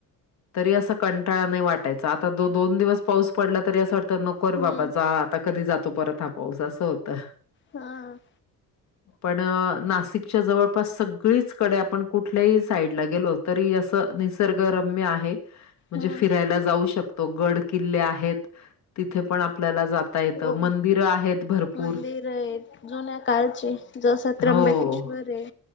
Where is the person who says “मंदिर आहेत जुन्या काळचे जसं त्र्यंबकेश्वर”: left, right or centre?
Left